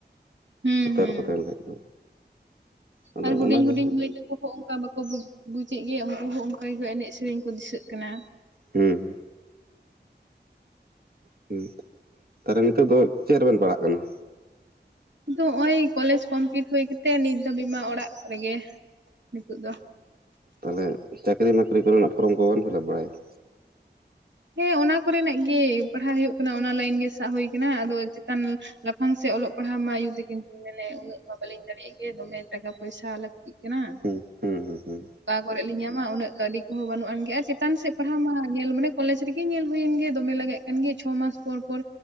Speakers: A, on the right (about 85°); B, on the right (about 55°).
A: ᱦᱩᱸ
B: ᱥᱚᱛᱮ
A: ᱦᱩᱸ
B: ᱨᱮᱠᱚ ᱛᱟᱦᱮᱱ ᱠᱷᱟᱡ ᱫᱚ᱾ ᱟᱫᱚ
A: ᱟᱨ ᱦᱩᱰᱤᱧ
B: ᱚᱱᱟ ᱠᱚᱜᱮ
A: ᱦᱩᱰᱤᱧ ᱢᱟᱹᱭ ᱛᱟᱠᱚ ᱩᱱᱠᱩ ᱦᱚᱸ ᱚᱱᱠᱟ ᱵᱟᱠᱚ ᱵᱩ-ᱵᱩᱡᱮᱫ ᱜᱮᱭᱟ᱾ ᱩᱱᱠᱩ ᱦᱚᱸ ᱚᱱᱠᱟ ᱜᱮ ᱮᱱᱮᱡᱭᱽ ᱥᱮᱨᱮᱧ ᱠᱚ ᱫᱤᱥᱟᱹᱜ ᱠᱟᱱᱟ᱾
B: ᱦᱮᱸ᱾ ᱦᱩᱸᱩᱸ ᱛᱟᱦᱚᱞᱮ ᱱᱤᱛᱚᱜ ᱫᱚ ᱪᱮᱫ ᱨᱮᱵᱮᱱ ᱯᱟᱲᱦᱟᱜ ᱠᱟᱱᱟ?
A: ᱫᱚ ᱦᱚᱸᱜ-ᱚᱭ ᱠᱚᱞᱮᱡᱽ ᱠᱚᱢᱯᱞᱤᱴ ᱦᱩᱭ ᱠᱟᱛᱮ ᱱᱤᱛ ᱫᱷᱟᱹᱵᱤᱡ ᱢᱟ ᱚᱲᱟᱜ ᱨᱮᱜᱮ᱾ ᱱᱤᱛᱚᱜ ᱫᱚ᱾
B: ᱛᱟᱞᱦᱮ ᱪᱟᱹᱠᱨᱤ ᱢᱟᱠᱨᱤ ᱠᱚᱨᱮᱱᱟᱜ ᱯᱷᱚᱨᱚᱢ ᱠᱚ ᱵᱥᱵᱮᱱ ᱯᱷᱤᱞᱟᱯ ᱵᱟᱲᱟᱠᱫᱟ?
A: ᱦᱮᱸ ᱚᱱᱟ ᱠᱚᱨᱮᱱᱟᱜ ᱜᱮ ᱯᱟᱲᱦᱟᱣ ᱦᱩᱭᱩᱜ ᱠᱟᱱᱟ ᱚᱱᱟ ᱞᱟᱭᱤᱱ ᱜᱮ ᱥᱟᱵ ᱦᱩᱭ ᱟᱠᱟᱱᱟ ᱟᱫᱚ ᱪᱮᱛᱟᱱ ᱞᱟᱯᱷᱟᱝ ᱥᱮᱫ ᱚᱞᱚᱜ ᱯᱟᱲᱦᱟᱜ ᱢᱟ ᱟᱭᱩ ᱛᱟᱠᱤᱱ ᱠᱤᱱ ᱢᱮᱱᱮᱫ ᱩᱱᱟᱹᱜ ᱩᱱᱟᱹᱜ ᱢᱟ ᱵᱟᱹᱞᱤᱧ ᱫᱟᱲᱮᱭᱟᱜ ᱜᱮ᱾ ᱫᱚᱢᱮ ᱴᱟᱠᱟ ᱯᱚᱭᱥᱟ ᱞᱟᱹᱠᱛᱤᱜ ᱠᱟᱱᱟ᱾
B: ᱦᱮᱸ ᱦᱩᱸ ᱦᱩᱸ ᱦᱩᱸ᱾
A: ᱚᱠᱟ ᱠᱚᱨᱮᱜ ᱞᱤᱧ ᱧᱟᱢᱟ ᱩᱱᱟᱹᱜ ᱠᱟᱹᱣᱰᱤ ᱠᱚᱦᱚᱸ ᱵᱟᱹᱱᱩᱜ ᱟᱱᱜᱮ ᱟᱨ ᱪᱮᱛᱟᱱ ᱥᱮᱫ ᱯᱟᱲᱦᱟᱣ ᱢᱟ ᱧᱮᱞ ᱢᱟᱱᱮ ᱠᱚᱞᱮᱡᱽ ᱨᱮᱜᱮ ᱧᱮᱞ ᱦᱩᱭᱮᱱ ᱜᱮ ᱫᱚᱢᱮ ᱞᱟᱜᱟᱜ ᱠᱟᱱ ᱜᱮ᱾ ᱪᱷᱚ ᱢᱟᱥ ᱯᱚᱨ ᱯᱚᱨ